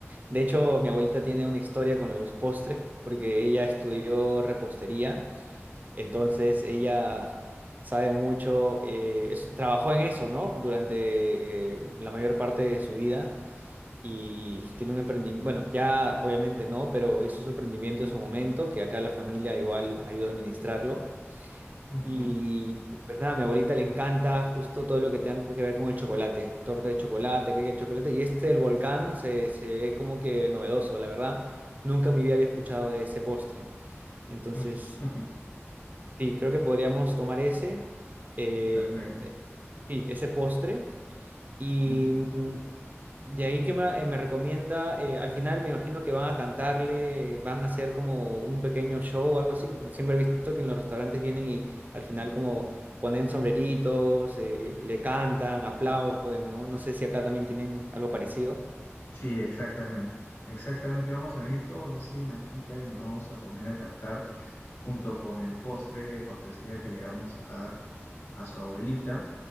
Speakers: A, on the right; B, on the left.
A: De hecho, mi abuelita tiene una historia con los postres porque ella estudió repostería, entonces ella sabe mucho, eh, es- trabajó en eso, ¿no? Durante eh, la mayor parte de su vida y tiene un emprendimiento, bueno, ya obviamente no, pero hizo su emprendimiento en su momento, que acá la familia igual ayuda a administrarlo.
B: Ujú,
A: Y pues nada, a mi abuelita le encanta justo todo lo que tenga que ver con el chocolate, torta de chocolate, cake de chocolate. Y este el volcán se, se ve como que novedoso, la verdad. Nunca en mi vida había escuchado de ese postre. Entonces,
B: ujú,
A: sí, creo que podríamos tomar ese, em,
B: <laughs> Perfecto.
A: sí, ese postre. y
B: Ujú.
A: mm, de ahí que me, eh, me recomienda, eh, al final me imagino que van a cantarle, van a hacer como un pequeño show o algo así, como siempre he visto que en los restaurantes vienen y al final como ponen sombreritos, eh, le cantan, aplauden, ¿no? No sé si acá también tienen algo parecido.
B: Sí, exactamente. Exactamente, vamos a venir todos así de manchita y nos vamos a poner a cantar junto con el postre de cortesía que le vamos a dar a su abuelita.